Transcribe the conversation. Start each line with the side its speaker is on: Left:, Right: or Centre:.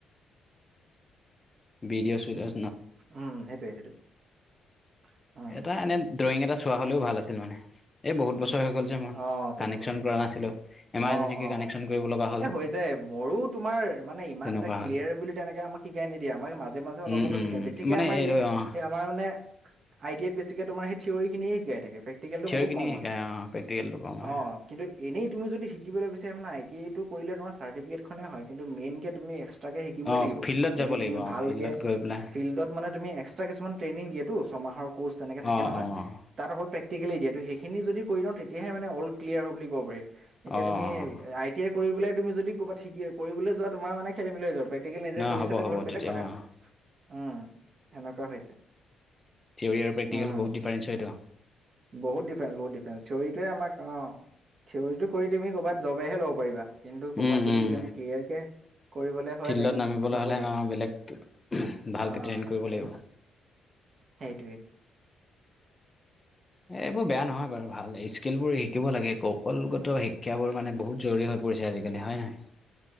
Left: বিডিঅ চিদেও
Right: উম সেইটোৱে সেইটোৱে উম,
Left: এটা এনে ড্ৰয়িং এটা চোৱা হলেও ভাল আছিল মানে এই বহুত বছৰ ত হৈ গ'ল যে মোৰ
Right: অ' তেনেকুৱা
Left: কানেকন কৰা নাছিলো এমাৰজেঞ্চি
Right: অ' অ'
Left: কানেকচন কৰিব লগা হ'ল।
Right: এই হৈ যায় মোৰো তোমাৰ মানে ইমান
Left: তেনেকুৱা
Right: এটা ক্লিয়াৰ
Left: হ'ল
Right: বুলি তেনেকে আমাক শিকাই নিদিয়ে আমাক মাজে মাজে অলপ
Left: উম
Right: অলপ
Left: উম
Right: শিকায় বেছিকে
Left: মানে
Right: আমাৰ
Left: এইটো
Right: স
Left: অঁ
Right: আমাৰ মানে আই টি এ বেছিকে তোমাৰ সেই থিয়ৰি খিনিয়ে শিকাই থাকে। প্ৰেক্টিকেলটো
Left: থিঅৰি
Right: বহুত
Left: খিনি
Right: কম হয়
Left: শিকাই অঁ কওঁ মই
Right: অ কিন্তু এনেই তুমি যদি শিকিবলৈ বিচাৰা মানে ইটোয়ে সিটোৱে কৰিলে তোমাৰ চাৰ্টিফিকেখনে হয় কিন্তু মেইন কে তুমি তাকে শিকিবই
Left: অঁ
Right: লাগিব
Left: ফিল্ডত
Right: যদি
Left: যাব
Right: তুমি
Left: লাগিব অঁ
Right: ভালকে
Left: ফিল্ডত গৈ পেলাই
Right: ফিল্ডত মানে তুমি এক্সট্ৰা কিছু ট্ৰেইনিং দিয়েতো ছয়মাহৰ ক'ৰ্চ তেনেকে থাকে
Left: অঁ
Right: নহয়
Left: অঁ অঁ
Right: তাত অকল প্ৰেকটিকেলি সেইখিনিদি লওঁ তেতিয়াহে মান অল কিল্লিয়াৰ হ'ল বুলি কব পাৰি। এতিয়া
Left: অঁ
Right: তুমি আই টি আই কৰি পেলাই তুমি যদি ক'ৰবাত শিকি কৰিবলৈ যোৱা তোমাৰ মানে খেলি মেলি হৈ যাব। প্ৰেক্টিকেল নিজে
Left: নহয়
Right: কৰি
Left: হ'ব
Right: চালে
Left: হ'ব
Right: ঘৰত বেলেগ
Left: তেতিয়া
Right: কথা
Left: অঁ
Right: উম সেনেকুৱা হৈছে।
Left: থিয়ৰৰি আৰু প্ৰেকটিকেল
Right: উম।
Left: বহুত ডিফাৰেন্ঞ্চ হয় টো
Right: বহুত ডিফাৰেন্ঞ্চ বহুত ডিফাৰেঞ্চ থিয়ৰিটোৱে আমাক অ থিয়ৰিটো তুমি কৰ'বাত জবহে ল'ব পাৰিবা কিন্তু ক'ৰবাত
Left: উম,
Right: যদি
Left: উম,
Right: একদম ক্লিয়াৰ কে কৰিবলে হয়
Left: ফিল্ডত
Right: দেন
Left: নামিবলৈ
Right: লব
Left: হ'লে
Right: লাগিব
Left: অ', বেলেগ ভালকে
Right: আহ
Left: ট্ৰেইন কৰিব
Right: একদম।
Left: লাগিব
Right: সেইটোৱে
Left: এ এইবোৰ বেয়া নহয় বাৰু ভাল স্কিল বোৰ শিকিব লাগে কৌশলগত শিক্ষাবোৰ মানে বহুত জৰুৰী হৈ পৰিছে। আজিকালি হয় নহয়।